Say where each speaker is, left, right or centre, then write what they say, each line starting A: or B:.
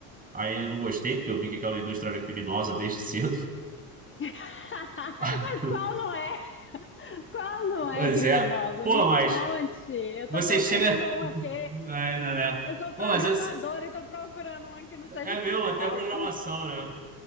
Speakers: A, on the right; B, on the left.
A: aí eu não gostei porque eu vi que aquela indústria era criminosa desde cedo.
B: <laughs>
A: <laughs>
B: Mas qual não é? Qual não
A: Mas
B: é criminosa?
A: é, pô,
B: Me
A: mas
B: conte. Eu
A: você
B: tô procurando
A: chega.
B: uma, porque
A: Ainda, né?
B: eu sou
A: bom
B: programadora
A: mas é,
B: e tô procurando uma que não seja
A: é mesmo,
B: criminosa.
A: até a programação, né?